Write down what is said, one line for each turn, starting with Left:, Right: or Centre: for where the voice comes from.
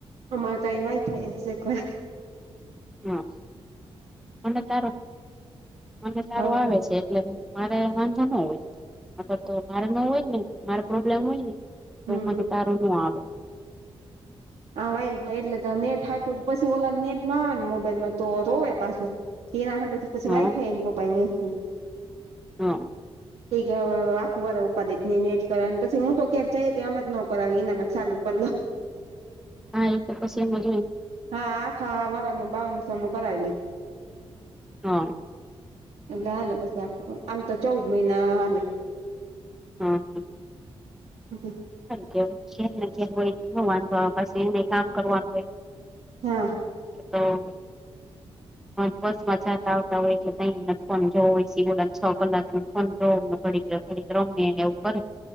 Right: અમારે કઈ વાયફાઈ કો
Centre: હા મને તારું મને
Right: હવે
Centre: તારું આવે છે એટલે મારે વાંધા ન હોય અર તો મારે ન હોય ને મારે પ્રોબ્લેમ હોય ને તો
Right: હમ
Centre: મને તારું નું આવે.
Right: હા ભાઈ એટલે તો નેટ હાટું પછી ઓલાને નેટ ના આવે ને મોબાઈલમાં તો રોવે પાછું. તેના હ પછી
Centre: હા
Right: વાઈ થાય એને પપા એ.
Centre: હમ
Right: <inaudible> આખું વાળ ઉપાડેજને નેટ કર પછી હું તો ક્યાંક જઈએ તો આમ જ ન કરાવી એનામત ચાલુ કરલો.
Centre: હા એ તો પછી એમ જ હોય
Right: હા હા આખા વરણનું બાવનસો નું કરાવી લીધું.
Centre: હા
Right: લ આલ પસ આમ તો ચૌદ મહિના આલ.
Centre: હા હા
Right: હ
Centre: કેને હોય ન વાંધો પછી એને કામ કરવાનું હોય.
Right: હા
Centre: તો બસ માં જાતા આવતા હોય ત ફોન જો હોય સડા છ કલાક ન ફોન જો ઘડી. રમ્યને એવું કરે